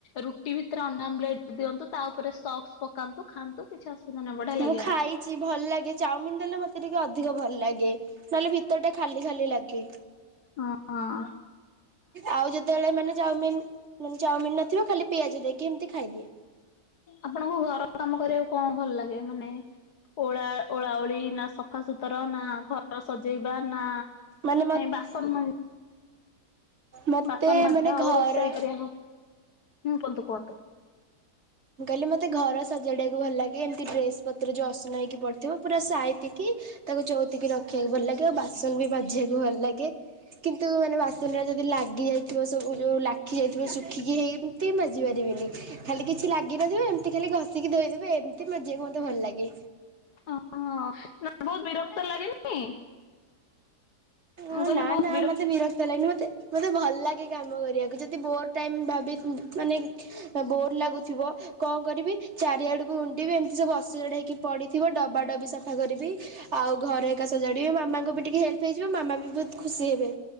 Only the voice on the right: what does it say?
ମୁଁ ଖାଇଛି ଭଲ ଲାଗେ ଚାଉମିିନ ଦେଲେ ମତେ ଟିକେ ଅଧିକ ଭଲ ଲାଗେ ନହେଲେ ଭିତର ଟା ଖାଲି ଖାଲି ଲାଗେ।
ଆଉ ଯେତେବେଳେ ମାନେ ଚାଉମିିନ ମାନେ ଚାଉମିିନ ନଥିବ ଖାଲି ପିଆଜ ଦେଇକି ଏମିତି ଖାଇଦିଏ।
ମାନେ
ମତେ
ମାନେ
ଘର
ମୁଁ କହିଲି ମତେ ଘର ସଜାଡ଼ିବାକୁ ଭଲ ଲାଗେ ଏମିତି ଡ୍ରେସ ପତ୍ର ଯୋଉ ଅସନା ହେଇକି ପଡିଥିବ ପୁରା ସାଇତିକି ତାକୁ ଚଉତିକି ରଖିବାକୁ ଭଲ ଲାଗେ ଆଉ ବାସନ ବି ମାଜିବାକୁ ଭଲ ଲାଗେ କିନ୍ତୁ ମାନେ ବାସ ବାସନରେ ଯଦି ଲାଗି ଯାଇଥିବ ସବୁ ଯୋଉ ଲାଖି ଯାଇଥିବ ଶୁଖିକି ହେଇମିତି ମାଜି ପାରିବିନି ଖାଲି କିଛି ଲାଗିନଥିବ ଏମିତି ଖାଲି ଘଷିକି ଧୋଇଦେବି ଏମିତି ମାଜିବାକୁ ମତେ ଭଲ ଲାଗେ।
ହଁ
ନା
ନା ମତେ ବିରକ୍ତ ଲାଗେନି ମତେ ମତେ ଭଲ ଲାଗେ କାମ କରିବାକୁ ଯଦି ବୋର ଟାଇମ ଭ ବି ମାନେ ବୋର୍ ଲାଗୁଥିବ କଣ କରିବି ଚାରିଆଡୁକୁ ଉଣ୍ଡିବି ଏମତିବୁ ଅସଜଡା ହେଇକି ପଡିଥିବ ଡବା ଡବି ସବୁ ସଫା କରିବି ଆଉ ଘରେ ହେରିକା ସଜାଡିବି ମାମାଙ୍କୁ ବି ଟିକେ ହେଲ୍ପ ହେଇଯିବ ମାମା ବି ବହୁତ ଖୁସି ହେବେ।